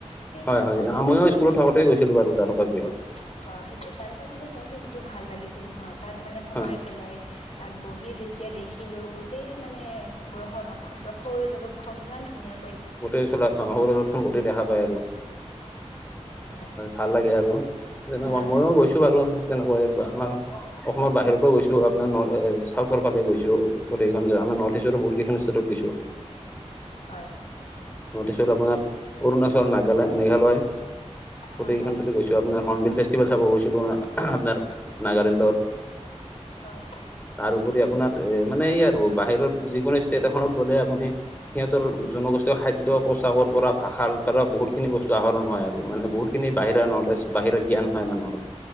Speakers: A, on the left (about 60°); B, on the left (about 15°).
A: সেই
B: হয়,
A: তাৰকাগৃহত
B: হয়, ময়ও
A: গৈ
B: স্কুলত
A: যিটো
B: থাকোতে গৈছিলো বাৰু, তাৰকা গৃহত।
A: অ, সেইটোয়ে তাৰকা দিনত যাওঁতে যিটো ভাল লাগিছিল নহয়, তাত মানে সোমাই
B: হয়
A: পেলাই। তাত বহি যেতিয়া দেখিলোঁ, গোটেই মানে গ্ৰহ, নক্ষত্ৰ সৌৰজগতখন ইমান ধুনীয়া।
B: গোটেই চলা সৰু, জতখন গোটেই দেখা পায় আৰু।
A: হয়।
B: ভাল লাগে আৰু, তেনেকুৱা
A: ভাল
B: ময়ও
A: লাগে
B: গৈছো বাৰু তেনেকুৱা আমাৰ অসমৰ বাহিৰতো গৈছো, আপোনাৰ চাউথৰ ফালে গৈছো, গোটেইখন আমাৰ নৰ্থ ইষ্টৰ, বহুত কেইখন ষ্টেটত গৈছো।
A: হয়।
B: ষ্টত, আপোনাৰ অৰুণাচল, নাগালেণ্ড, মেঘালয়,
A: হয়
B: গোটকেই
A: হয়
B: গৈছো। আপোনাৰ হণবিল ফেষ্টিভেল চাব গৈছিলো, আপোনাৰ নাগালেণ্ডত
A: হয়।
B: তাৰপৰি আপোনাৰ এ, মানে এই আৰু বাহিৰত যিকোনো ষ্টেট এখনত গ'লে, আপুনি সিহঁতৰ জনগোষ্ঠ খাদ্য পোছাকৰ পৰা, ভাষাৰ পৰা বহুতখিনি বস্তু আহৰণ হয় আৰু মানে বহুতখিনি বাহিৰা নলেজ বাহিৰা জ্ঞান হয়, মানুহৰ।